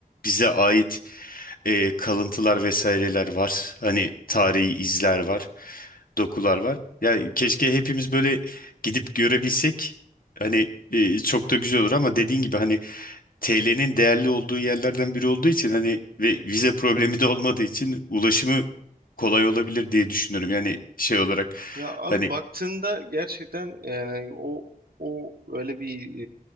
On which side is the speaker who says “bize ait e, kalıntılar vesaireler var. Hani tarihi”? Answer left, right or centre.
Left